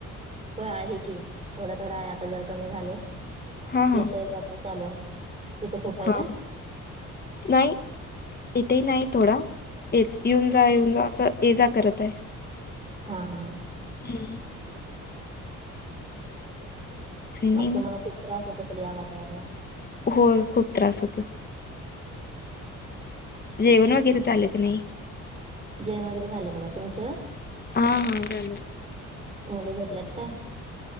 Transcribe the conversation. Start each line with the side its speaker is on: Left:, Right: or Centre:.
Right: पाऊस आहे की थोडा थोडा आहे आता जर कमी झाले
Left: हा हा
Right: येत जाते चालू आहे. तिथं खूप आहे
Left: हा.
Right: काय
Left: नाही. इथं नाही. थोडा येऊन जा येऊनं जा असं ये जा करत. आहे.
Right: हा. हा.
Left: हो, आणि
Right: मगं
Left: मग
Right: तुम्हाला खूप त्रास होत. असेल या वातावरणात
Left: होय खूप त्रास होतो. जेवणं वगैरे झालं का नाही.
Right: जेवणं वगैरे झालं बघा तुमचं.
Left: हा. हा. झालेलं
Right: मुले झोपल्यात झोपल्यात काय